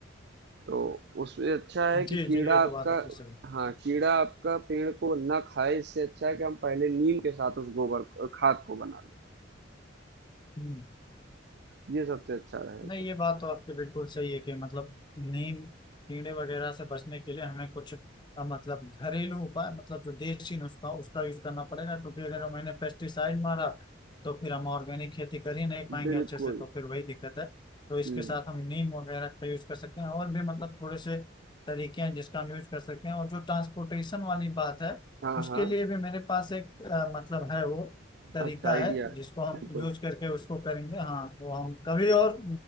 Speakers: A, on the right; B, on the left.
A: तो उसमें अच्छा है
B: जी,
A: कि कीड़ा
B: जी, ये तो
A: आपका
B: बात आपकी सही है।
A: हाँ कीड़ा आपका पेड़ को ना खाए इससे अच्छा है कि हम पहले नीम के साथ उस गोबर खाद को बना लें
B: हुँ।
A: ये सबसे अच्छा रहेगा
B: नहीं, ये बात तो आपकी बिल्कुल सही है कि मतलब नीम कीड़े वगैरह से बचने के लिए हमें कुछ अ, मतलब घरेलू उपाय मतलब जो देसी नुस्खा उसका यूज करना पड़ेगा क्योंकि अगर हमने पेस्टिसाइड मारा तो फिर हम ऑर्गेनिक खेती कर ही नहीं पाएंगे
A: बिल्कुल
B: अच्छे से तो फिर वही दिक्कत है तो इसके
A: हम्म,
B: साथ हम नीम वगैरह का यूज कर सकते हैं और भी मतलब थोड़े से तरीके हैं जिसका हम यूज कर सकते हैं और जो ट्रांसपोर्टेशन वाली बात है
A: हाँ
B: उसके
A: हाँ
B: लिए भी मेरे पास एक अ, मतलब है वो तरीका
A: अच्छा आइडिया
B: है जिसको हम
A: बिल्कुल
B: यूज करके उसको करेंगे हाँ तो हम कभी और